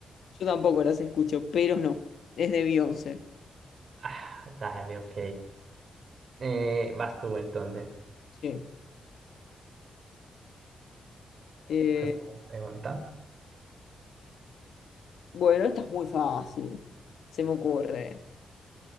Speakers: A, on the left (about 75°); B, on the right (about 50°).
A: Yo tampoco las escucho, pero no. Es de Beyoncé.
B: Ah, dale, ok. Eh, vas tú entonces.
A: Sí. Eh,
B: Vas tú, pregunta.
A: bueno, esta es muy fácil. Se me ocurre.